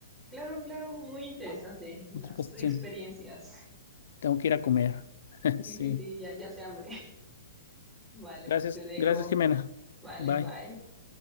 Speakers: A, in the centre; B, on the left.
A: Claro, claro, muy interesante las
B: Otra ocasión.
A: experiencias.
B: Tengo que ir a comer. <laughs>
A: Sí,
B: Sí.
A: sí, sí, ya, ya se hambre. <laughs> Vale,
B: Gracias,
A: pues te dejo.
B: gracias, Jimena.
A: Vale,
B: Bye.
A: bye.